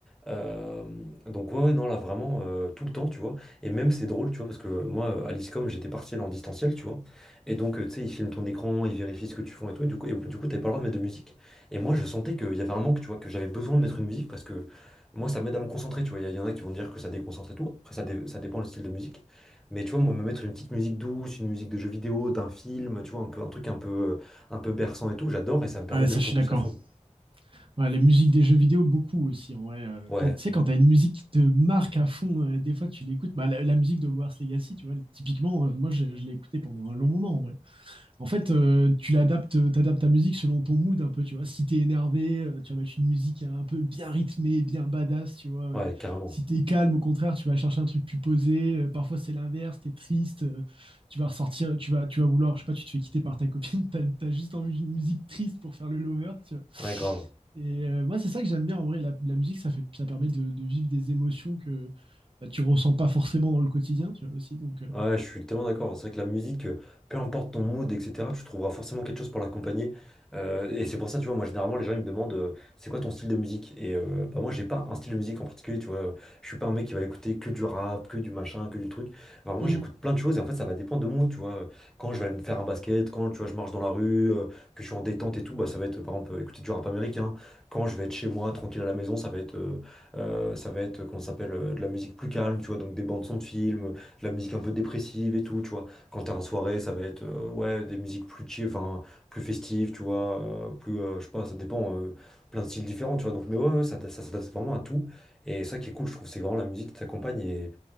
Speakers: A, in the centre; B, on the right (about 45°).
A: Euh, donc ouais, ouais, non là vraiment euh, tout le temps tu vois et même c'est drôle tu vois parce que moi euh, à l'ISCOM j'étais partiel en distanciel tu vois et donc, euh, tu sais, ils filment ton écran, ils vérifient ce que tu fais et tout. Et du coup, et du coup, t'avais pas le droit de mettre de musique. Et moi, je sentais qu'il y avait un manque, tu vois, que j'avais besoin de mettre une musique parce que moi, ça m'aide à me concentrer, tu vois. Il y, a- il y en a qui vont dire que ça déconcentre et tout. Après, ça, dé- ça dépend le style de musique. Mais tu vois, moi, me mettre une petite musique douce, une musique de jeu vidéo, d'un film, tu vois, un peu, un truc un peu, euh, un peu berçant et tout, j'adore et ça me permet
B: Ouais, ça,
A: de me focus
B: je suis d'accord.
A: à fond.
B: Ouais, les musiques des jeux vidéo, beaucoup aussi, en vrai. euh,
A: Ouais,
B: Quand, tu sais, quand t'as une musique qui te marque à fond, euh, des fois, tu l'écoutes. Bah, la, la musique de Hogwarts Legacy, tu vois, typiquement, euh, moi, je, je l'ai écoutée pendant un long moment, en vrai. en fait, euh, tu l'adaptes, t'adaptes ta musique selon ton mood un peu, tu vois. Si t'es énervé, euh, tu vas mettre une musique un peu bien rythmée, bien badass, tu vois. Euh,
A: ouais, carrément.
B: Si t'es calme, au contraire, tu vas chercher un truc plus posé. Euh, Parfois, c'est l'inverse, t'es triste, euh, tu vas ressortir, tu vas, tu vas vouloir, je sais pas, tu te fais quitter par ta copine, <laughs> t'as, t'as juste envie d'une musique triste pour faire le lover, tu vois.
A: Ouais, grave.
B: Et euh, moi, c'est ça que j'aime bien en vrai. La, la musique, ça fait, ça permet de, de vivre des émotions que bah, tu ressens pas forcément dans le quotidien, tu vois aussi. Donc, euh,
A: Ouais, je suis tellement d'accord. C'est vrai que la musique, euh, peu importe ton mood, etc., tu trouveras forcément quelque chose pour l'accompagner. Euh, et c'est pour ça, tu vois, moi, généralement, les gens, ils me demandent, euh, c'est quoi ton style de musique? Et euh, bah, moi, j'ai pas un style de musique en particulier, tu vois. Je suis pas un mec qui va écouter que du rap, que du machin, que du truc. Alors, moi,
B: Mm,
A: j'écoute plein de choses et en fait, ça va dépendre de mon mood, tu vois. Quand je vais aller me faire un basket, quand, tu vois, je marche dans la rue, euh, que je suis en détente et tout, bah, ça va être, par exemple, euh, écouter du rap américain. Quand je vais être chez moi, tranquille à la maison, ça va être, euh, euh, ça va être, euh, comment ça s'appelle, euh, de la musique plus calme, tu vois, donc des bandes son de films la musique un peu dépressive et tout, tu vois. Quand t'es en soirée, ça va être euh, ouais, des musiques plus chill, enfin, plus festives, tu vois, euh, plus, euh, je sais pas, ça dépend, euh, plein de styles différents, tu vois. Donc, mais ouais, ouais, ça, ça s'adapte vraiment à tout. Et ça qui est cool, je trouve, c'est vraiment la musique qui t'accompagne et,